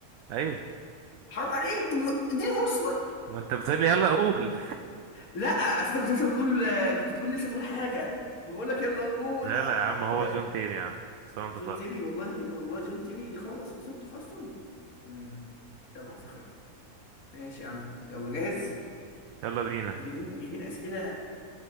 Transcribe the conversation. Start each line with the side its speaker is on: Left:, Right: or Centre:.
Right: ايوه
Left: حرام عليك طب ما- اديني فرصه بقى.
Right: ما انت بتقول لي يلا قول
Left: لا اصل انت كنت لسه بتقول آه، كنت بتقول لسه تقول حاجه فبقول لك يلا
Right: <laughs>
Left: قول
Right: لا
Left: اه
Right: لا يا عم هو
Left: ماشي.
Right: جون تيري يا عم سواء انت
Left: جون
Right: طيب
Left: تيري والله والله جون تيري خلص وسبته في استون مم. يلا حصل خير ماشي يا عم يلا جاهز
Right: يلا بينا
Left: احنا جايبين جايبين اسئله